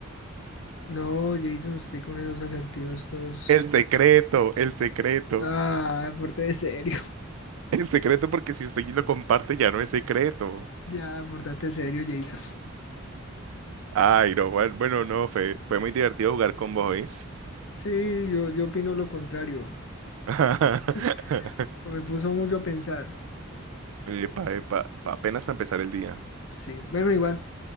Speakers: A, on the left; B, on the right.
A: No, Jason, usted con esos asertivos todos.
B: El secreto, el secreto,
A: Ah, pórtate serio.
B: el secreto porque si usted lo comparte ya no es secreto.
A: Ya, portate serio, Jason.
B: Ay, no, Juan, bueno, no, fue, fue muy divertido jugar con vos, ¿oís?
A: Sí, yo, yo opino lo contrario.
B: <laughs>
A: <laughs> Me puso mucho a pensar.
B: Epa, epa, apenas para empezar el día.
A: Sí, bueno, igual,